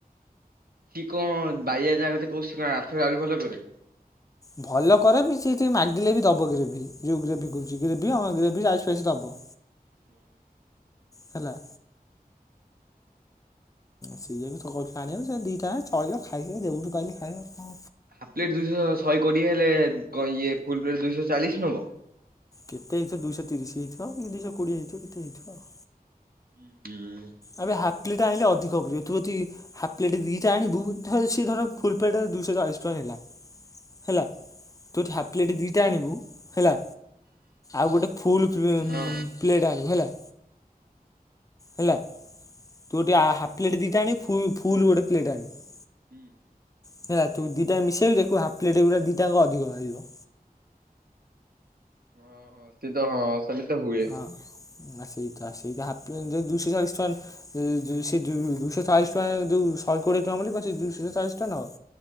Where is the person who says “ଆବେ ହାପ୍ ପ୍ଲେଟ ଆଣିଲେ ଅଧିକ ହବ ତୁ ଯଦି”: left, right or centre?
Left